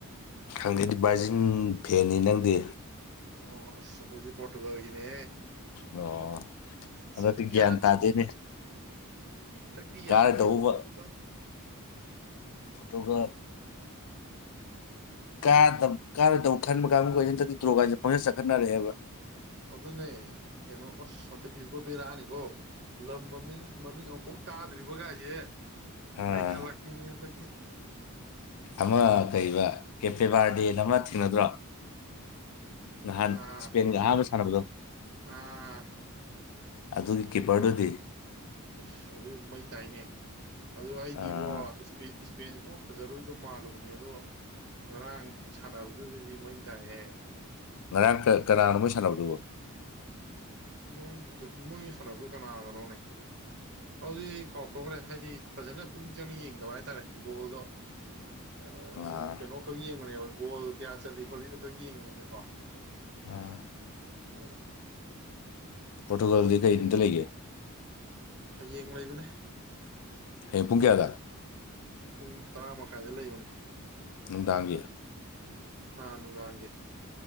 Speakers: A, on the left; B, on the right.
A: ꯈꯪꯒꯦꯗꯤ ꯕꯥꯔꯖꯤꯤꯡ ꯐꯦꯟꯅꯤ ꯅꯪꯗꯤ
B: ꯑꯣꯈꯣꯏꯗꯤ ꯄꯣꯣꯔꯇꯨꯒꯜꯒꯤꯅꯦ
A: ꯑꯣ ꯍꯟꯗꯛꯇꯤ
B: ꯆꯂꯣ ꯌꯥꯗ
A: ꯒ꯭ꯌꯥꯟ ꯇꯥꯗꯦꯅꯦ
B: ꯑꯗꯛꯇ ꯌꯥꯗ
A: ꯀꯥꯔꯗꯧꯕ
B: ꯍꯕꯨꯣ ꯄꯣꯇꯨꯀ
A: ꯑꯗꯨꯒ ꯀꯥ ꯀꯥꯔꯗꯧ ꯈꯟꯕ ꯀꯥꯕ ꯀꯟ ꯆ ꯇ꯭ꯔꯣ ꯀꯥꯏꯁꯦ ꯄꯪꯁ ꯆꯠꯈꯠꯅꯔꯛꯦꯕ
B: ꯑꯗꯨꯅꯦ ꯀꯩꯅꯣ ꯑꯁ ꯁꯣꯟꯊ ꯏꯕ ꯕꯦꯔꯥꯅꯤꯀꯣ ꯂꯝ ꯃꯃꯤꯡ ꯃꯃꯤꯡ ꯑꯃꯨꯛꯐꯥꯎ ꯇꯥꯗ꯭ꯔꯤꯕꯒꯥꯏꯁꯦ
A: ꯑꯥ
B: ꯃ ꯈꯥ ꯂꯥꯛꯄꯤꯅꯦꯇꯛꯇꯗꯤ
A: ꯑꯃ ꯀꯔꯤꯕ ꯀꯦꯄꯦꯕꯥꯔꯗꯦꯟ ꯑꯃ ꯊꯦꯡꯅꯗ꯭ꯔꯣ ꯅꯍꯥꯟ
B: ꯑꯥ
A: ꯏꯁꯄꯦꯟꯒ ꯑꯍꯥꯥꯟꯕ ꯁꯥꯟꯅꯕꯗꯣ
B: ꯑꯥ
A: ꯑꯗꯨꯒꯤ ꯀꯤꯄꯔꯗꯨꯗꯤ
B: ꯑꯁ ꯑꯗꯨ ꯃꯩ ꯇꯥꯏꯅꯦ ꯑꯗꯨ ꯑꯩꯗꯤꯕꯣ
A: ꯑꯥ
B: ꯄꯦꯟ ꯁꯨꯝꯕ ꯐꯖꯔꯣꯏꯗꯧ ꯃꯥꯜꯂꯨꯕꯅꯦ ꯑꯗꯣ ꯉꯔꯥꯡ ꯁꯥꯟꯅꯕꯗꯨꯗꯗꯤ ꯃꯩ ꯇꯥꯛꯑꯦ
A: ꯉꯔꯍꯥꯛ ꯀꯅꯥꯅꯣꯣꯏ ꯁꯥꯟꯅꯕꯗꯨꯕꯣ
B: ꯃꯣꯏꯒꯤꯗ ꯃꯣꯏꯒꯤ ꯁꯥꯟꯅꯛꯇꯣ ꯀꯅꯥꯒꯅꯣꯅꯦ ꯑꯗꯨꯗꯤ ꯀꯥꯎꯊꯣꯛꯈ꯭ꯔꯦ ꯍꯥꯏꯗꯤ ꯐꯖꯅ ꯄꯨꯛꯅꯤꯡ ꯆꯪꯅ ꯌꯦꯡꯗꯕ ꯍꯥꯏꯇꯥꯔꯦ ꯕꯣꯜꯗꯣ ꯑ
A: ꯑꯥ
B: ꯀꯩꯅꯣꯈꯛ ꯌꯦꯡꯕꯅꯦꯕ ꯒꯣꯜ ꯀꯌꯥ ꯆꯠꯂꯤ ꯈꯣꯠꯂꯤꯗꯨꯣ ꯈꯔ ꯌꯦꯡꯕꯅꯤꯅꯀꯣ
A: ꯑꯥ
B: ꯎ
A: ꯐꯣꯇꯣꯀꯣꯜꯗꯤ ꯀꯩꯅꯇ ꯂꯩꯒꯦ
B: ꯍꯌꯦꯡ ꯂꯩꯕꯅꯦ
A: ꯍꯌꯦ ꯄꯨꯡ ꯀꯌꯥꯗ
B: ꯄꯨꯡ ꯇꯔꯥ ꯃꯈꯥꯏꯗ ꯂꯩꯕꯅꯦ
A: ꯅꯨꯡꯗꯥꯡꯒꯤ
B: ꯑꯥꯅꯅꯨꯡ ꯂꯥꯡꯒꯦ